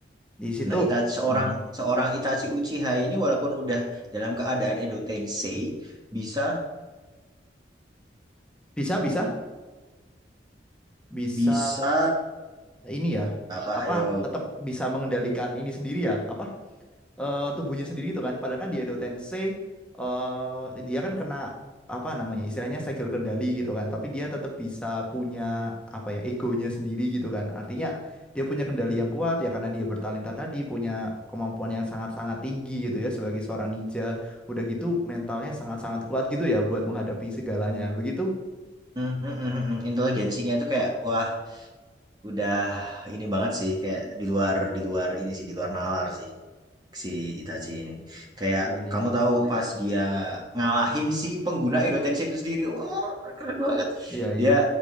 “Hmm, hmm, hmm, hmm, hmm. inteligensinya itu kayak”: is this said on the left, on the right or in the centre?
Right